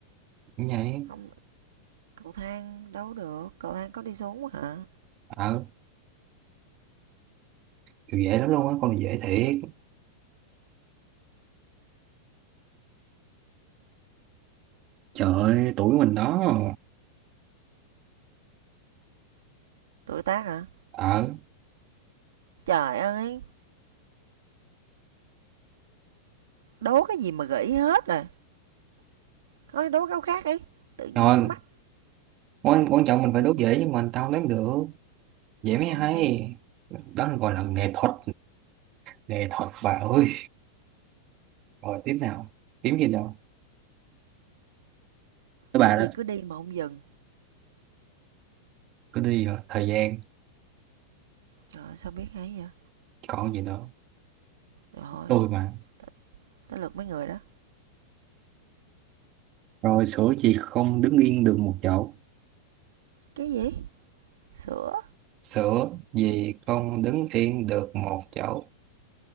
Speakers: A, on the right (about 40°); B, on the right (about 85°).
A: Cũng vậy
B: Không, cậu thang đấu được, cậu thang có đi xuống hả?
A: ờ kiểu dễ lắm luôn á con này dễ thiệt trời ơi, tuổi mình đó
B: Tuổi tác hả?
A: ờ
B: Trời ơi, đố cái gì mà gãy hết rồi. Thôi đố câu khác đi. Tự nhiên
A: rồi
B: cái mắt
A: quan, quan trọng mình phải
B: chứ.
A: đốt dễ nhưng mà tao đoán được dễ mới
B: Thôi
A: hay
B: đi.
A: đó là gọi là nghệ thuật nghệ thuật bà ơi rồi tiếp nào kiếm gì đâu các bạn
B: Cái gì
A: đó
B: cứ đi mà không dừng.
A: cứ đi rồi thời gian
B: Trời ơi, sao biết hay vậy?
A: còn gì nữa
B: Rồi,
A: tôi mà
B: t- tới lượt mấy người đó.
A: rồi sữa gì không đứng yên được một chỗ
B: Cái gì? Sữa.
A: sữa gì không đứng yên được một chỗ